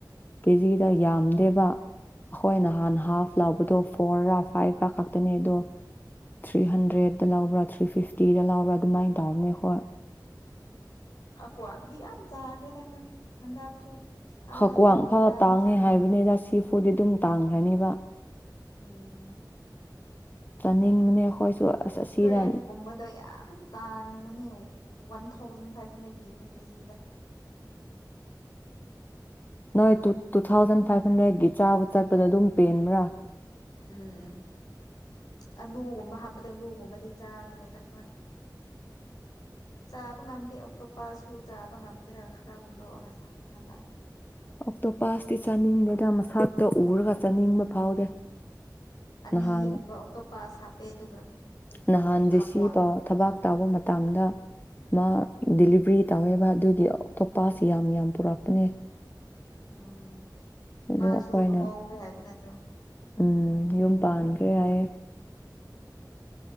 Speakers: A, on the left (about 25°); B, on the left (about 65°).
A: ꯄꯦꯖꯤꯗ ꯌꯥꯝꯗꯦꯕ ꯑꯩꯈꯣꯏ ꯅꯍꯥꯟ
B: ꯎꯝ
A: ꯍꯥꯐ ꯂꯕꯗꯣ ꯐꯣꯔꯔꯥ ꯐꯥꯏꯚꯔꯥ ꯈꯛꯇꯅꯦ ꯑꯗꯣ ꯊ꯭ꯔꯤ ꯍꯟꯗ꯭ꯔꯦꯗꯠꯇ ꯂꯧꯕ꯭ꯔꯥ ꯊ꯭ꯔꯤ ꯐꯤꯐꯇꯤꯗ ꯂꯧꯕ꯭ꯔꯥ ꯑꯗꯨꯃꯥꯏꯅ ꯇꯧꯅꯦ ꯍꯣꯏ
B: ꯀ꯭ꯋꯥꯡꯗꯤ ꯌꯥꯝ ꯆꯥꯈ꯭ꯔꯦꯗ ꯑꯩꯈꯣꯏ ꯍꯟꯗꯛꯁꯨ ꯑꯥꯗ
A: ꯍꯀ꯭ꯋꯥꯡ
B: ꯆꯠꯇ꯭ꯔꯤꯀꯥꯟꯗ
A: ꯐꯥꯎ ꯇꯥꯡꯉꯦ
B: ꯆꯥꯅꯤ
A: ꯍꯥꯏꯕꯅꯤꯗ ꯁꯤꯐꯥꯎꯗꯤ ꯑꯗꯨꯝ ꯇꯥꯡꯈ꯭ꯔꯅꯤꯕ
B: ꯎꯝ
A: ꯆꯥꯅꯤꯡꯕꯅꯦ ꯑꯩꯈꯣꯏꯁꯨ ꯑꯁ ꯑꯁꯤꯗ
B: ꯀ꯭ꯔꯦꯞ ꯀꯨꯝꯕꯗꯣ ꯌꯥꯝ ꯇꯥꯡꯕꯅꯦ ꯋꯥꯟ ꯊꯥꯎꯖꯟ ꯐꯥꯏꯚ ꯍꯟꯗ꯭ꯔꯦꯠ ꯄꯤꯅꯦ ꯀꯦꯖꯤꯗ
A: ꯅꯣꯏ ꯇꯨ ꯊꯥꯎꯖꯟ ꯐꯥꯏꯚ ꯍꯟꯗ꯭ꯔꯦꯗꯀꯤ ꯆꯥꯕ ꯆꯠꯄꯗ ꯑꯗꯨꯝ ꯄꯦꯟꯕ꯭ꯔꯥ
B: ꯎꯝ ꯎꯝ ꯑꯂꯨꯒꯨꯝꯕ ꯍꯥꯞꯄꯗꯣ ꯑꯂꯨ ꯒꯨꯝꯕꯗꯤ ꯆꯥꯗ꯭ꯔꯦꯗꯈꯣꯏ ꯆꯥꯕ ꯉꯝꯗꯦ ꯑꯣꯛꯇꯣꯞꯄꯥꯥꯁꯨ ꯆꯥꯕ ꯉꯝꯗ꯭ꯔꯒ ꯈꯔ ꯍꯨꯟꯗꯣꯛꯑꯒ ꯍꯜꯂꯛ
A: ꯑꯣꯛꯇꯣ ꯄꯥꯁꯇꯤ ꯆꯥꯅꯤꯡꯗꯦꯗ ꯃꯁꯇ ꯎꯔꯒ ꯆꯥꯅꯤꯡꯕ ꯐꯥꯎꯗꯦ
B: ꯑꯅꯤꯒꯨꯝꯕ
A: ꯅꯍꯥꯟ
B: ꯑꯣꯛꯇꯣꯄꯥꯥꯁ ꯍꯥꯞꯄꯦ ꯑꯗꯨꯒ
A: ꯅꯍꯥꯟꯁꯦ
B: ꯈꯥꯀ꯭ꯋꯥꯡꯗꯤ
A: ꯁꯤ ꯄꯥꯎ
B: ꯌꯥꯝ
A: ꯊꯕꯥꯛ
B: ꯍꯥꯞꯄꯦ
A: ꯇꯥꯎꯕ ꯃꯇꯝꯗ ꯃꯥ ꯗꯤꯂꯤꯚꯔꯤ ꯇꯧꯋꯦꯕ ꯑꯗꯨꯏꯗꯤ ꯑꯇꯣꯞꯄꯁꯤ ꯌꯥꯝ ꯌꯥꯝ ꯄꯨꯔꯛꯄꯅꯦ
B: ꯎꯝ
A: ꯑ
B: ꯃꯥꯁꯨ
A: ꯑꯩꯈꯣꯏꯅ
B: ꯂꯨꯍꯣꯡꯈ꯭ꯔꯦ ꯍꯥꯏꯕ ꯅꯠꯇ꯭ꯔꯣ
A: ꯎꯝ ꯌꯨꯝ ꯄꯥꯟꯈ꯭ꯔꯦ ꯍꯥꯏ